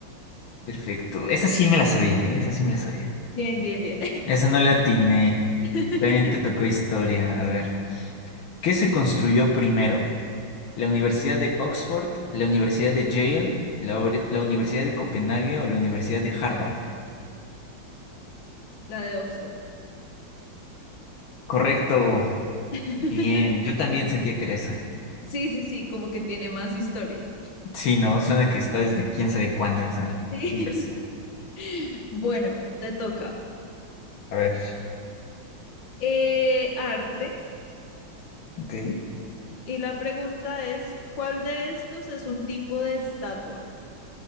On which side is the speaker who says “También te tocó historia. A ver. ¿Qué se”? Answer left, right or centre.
Left